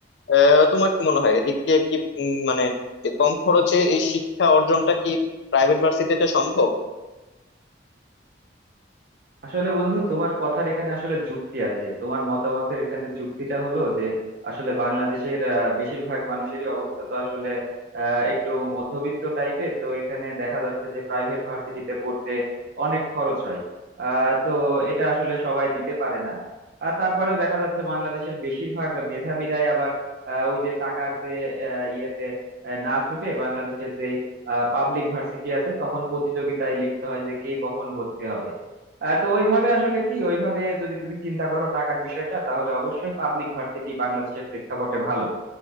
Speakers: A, on the left; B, on the right.
A: আহ, তোমার কি মনে হয় এদিক দিয়ে কি উম, মানে যে কম খরচে এই শিক্ষা অর্জনটা কি প্রাইভেট ভার্সিটিতে সম্ভব
B: আসলে বন্ধু তোমার কথার এখানে আসলে যুক্তি আছে তোমার মতামতের এখানে যুক্তিটা হলো যে আসলে বাংলাদেশের আহ, বেশিরভাগ মানুষেরই অবস্থা তো আসলে আহ, একটু মধ্যবিত্ত টাইপের তো এখানে দেখা যাচ্ছে যে প্রাইভেট ভার্সিটিতে পড়তে অনেক খরচ হয় আহ তো এটা আসলে সবাই দিতে পারে না আর তারপরেও দেখা যাচ্ছে বাংলাদেশের বেশিরভাগ মেধাবীরাই আবার আহ, ওই যে টাকার যে আহ, ইয়েতে আহ, না ছুটে বাংলাদেশের যে পাবলিক ভার্সিটি আছে তখন প্রতিযোগিতায় লিপ্ত হয় যে কে কখন ভর্তি হবে আহ, তো ওইভাবে আসলে কি ওইভাবে যদি তুমি চিন্তা করো টাকার বিষয়টা তাহলে অবশ্যই পাবলিক ভার্সিটি বাংলাদেশের প্রেক্ষাপটে ভালো